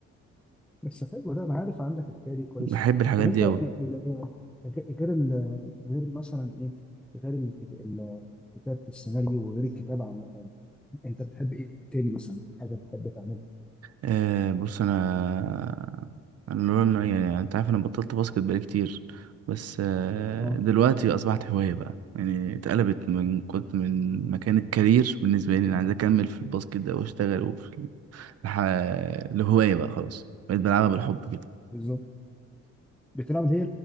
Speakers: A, in the centre; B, on the right (about 55°).
A: بس حلو ده انا عارف عندك الحكايه دي كويس
B: بحب الحاجات
A: طب انت
B: دي
A: ي-
B: أوي
A: ي- ي- غير ال غير مثلا ايه غير الكت- ال- كتابه السيناريو وغير الكتابه عامه انت بتحب ايه تاني مثلا حاجه بتحب تعملها
B: أه بص أنا أنا لون- يعني أنت عارف أنا بطلت باسكت بقالي كتير بس أه
A: اه
B: دلوقتي أصبحت هواية بقى يعني اتقلبت من كنت من مكان الكارير بالنسبة لي أنا عايز أكمل في الباسكت ده وأشتغل وفي الح... لهواية بقى خلاص بقيت بلعبها بالحب كده
A: بالظبط بتلعب اللي هي